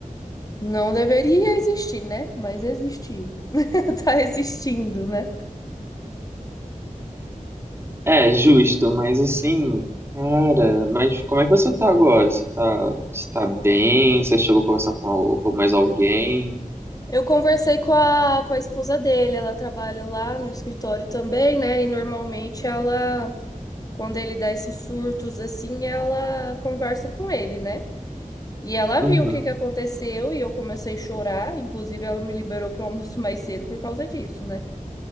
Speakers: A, on the left; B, on the right.
A: Não deveria existir, né? Mas existiu. <laughs> Tá existindo, né?
B: É, é justo, mas assim, cara, mas como é que você tá agora? Você tá, você tá bem? Você chegou a conversar com, al- com mais alguém?
A: Eu conversei com a, com a esposa dele, ela trabalha lá no escritório também, né? E normalmente ela, quando ele dá esses surtos assim, ela conversa com ele, né? E ela
B: Uhum,
A: viu o que que aconteceu e eu comecei a chorar. Inclusive, ela me liberou para o almoço <laughs> mais cedo por causa disso, né?